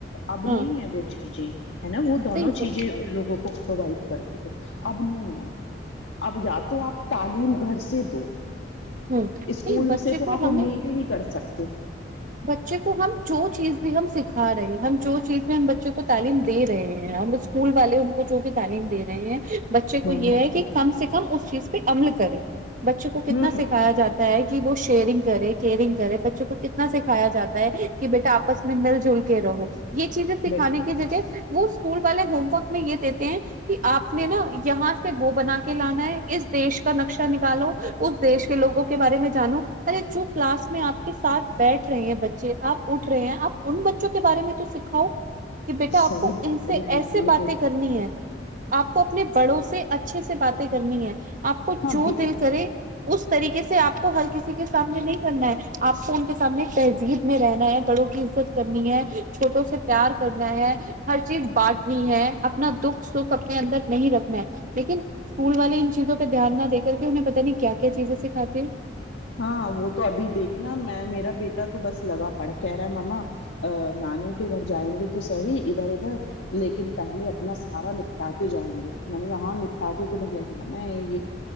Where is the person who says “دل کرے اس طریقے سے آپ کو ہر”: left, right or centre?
Right